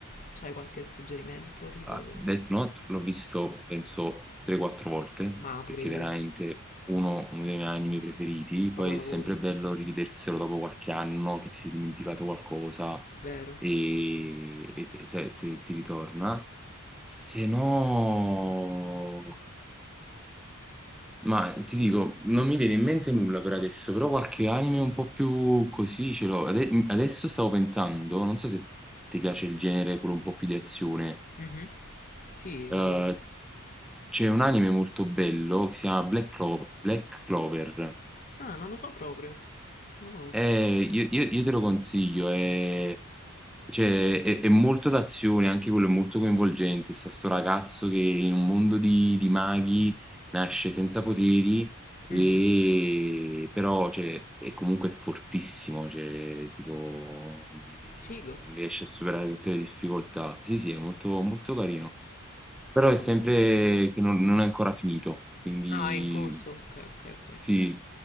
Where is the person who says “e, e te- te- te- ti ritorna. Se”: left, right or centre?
Centre